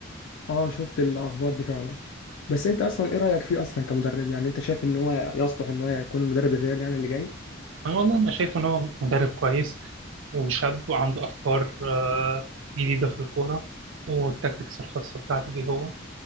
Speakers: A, on the left; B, on the right.
A: اه شفت الاخبار دي فعلا بس انت اصلا ايه رايك فيه اصلا كمدرب يعني انت شايف ان هو يصلح ان هو يكون مدرب الريال يعني اللي جاي
B: أنا والله أنا شايف إن هو مدرب كويس وشاب وعنده أفكار آه، جديدة في الكورة والتكتكس الخاصة بتاعته بيه هو